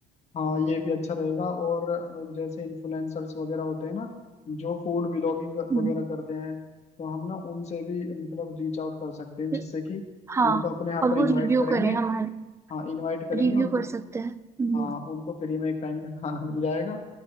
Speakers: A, on the left; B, on the right.
A: हाँ ये भी अच्छा रहेगा और अ, जैसे इन्फ्लुएंसर्स वगैरह होते हैं ना जो फूड व्लॉगिंग
B: हम्म,
A: वगैरह करते हैं तो हम ना उनसे भी मतलब रीच आउट कर सकते हैं
B: फिर-
A: जिससे कि
B: हाँ
A: उनको अपने यहाँ
B: और
A: पर
B: वो
A: इनवाइट
B: रिव्यू
A: करेंगे
B: करें हमारे
A: हाँ इनवाइट करेंगे
B: रिव्यू
A: उनको
B: कर सकते हैं हम्म,
A: हाँ उनको फ्री में एक टाइम का खाना मिल जाएगा